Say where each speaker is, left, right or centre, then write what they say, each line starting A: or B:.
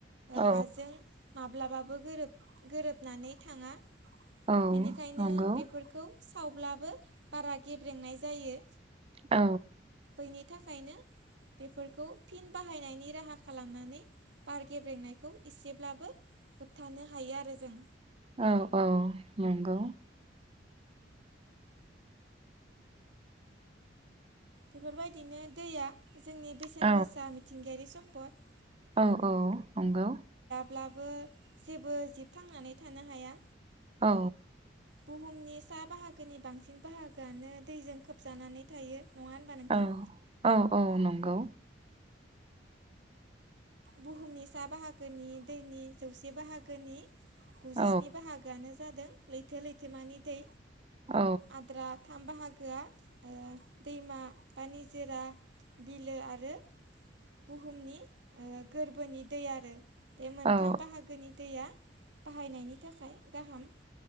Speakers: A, on the right (about 30°); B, on the right (about 70°).
A: औ
B: हाजों माब्लाबाबो गोर गोरोबनानै थाङा।
A: औ
B: बेनिखायनो
A: नंगौ
B: बेफोरखौ। सावब्लाबो बारा गेब्रेंनाय जायो।
A: औ।
B: बेनि थाखायनो बेफोरखौ फिन बाहायनायनि राहा खालामनानै बार गेब्रेंनायखौ एसेब्लाबो होबथानो हायो आरो जों।
A: औ औ नंगौ
B: बेफोरबायदिनो दैया जोंनि बेसेन
A: औ
B: गोसा मिथिंगायारि सम्पद।
A: औ औ नंगौ।
B: ब्लाबो जेबो जिबथांनानै थानो हाया।
A: औ।
B: बुहुमनि सा बाहागोनि बांसिन बाहागोआनो दैजों खोबजानानै थायो। नङा होनबा नोंथां
A: औ औ औ नंगौ।
B: बुहुमनि सा बाहागोनि दैनि जौसे बाहागोनि। गुजिस्नि
A: औ
B: बाहागोआनो जादों लैथो लैथोमानि दै।
A: औ
B: आद्रा थाम बाहागोआ ओ दैमा बानि निज जेरा बिलो आरो बुहुमनि ओ गोरबोनि दै आरो। बे मोनथाम
A: औ
B: बाहागोनि दैया बाहायनायनि थाखाय। गाहाम